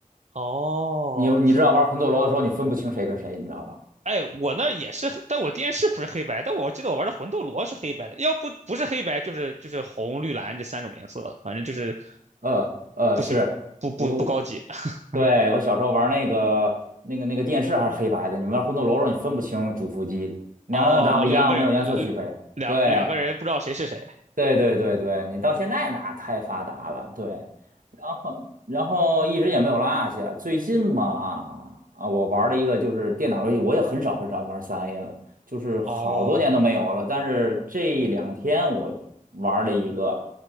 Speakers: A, on the right; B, on the right.
A: 哦，
B: 你你知道玩魂斗罗的时候，你分不清谁跟谁，你知道吧？
A: 哎，我那儿也是，但我电视不是黑白，但我记得我玩的魂斗罗是黑白的，要不不是黑白就是就是红绿蓝这三种颜色的，反正就是
B: 呃呃，
A: 不是不不不高级。
B: 是我
A: <laughs>
B: 对我小时候玩那个那个那个电视还是黑白的，你玩魂斗罗的时候你分不清主副机，两个人长得一样，
A: 哦，两个人，
B: 没有颜色区分。
A: 两两个人不知道谁是谁。
B: 对对对对对，你到现在那太发达了，对，然后然后一直也没有落下。最近嘛，啊，我玩了一个就是电脑游戏，我也很少很少玩三 A 了，就是好多年都没有了。
A: <laughs> 哦，
B: 但是这两天我玩了一个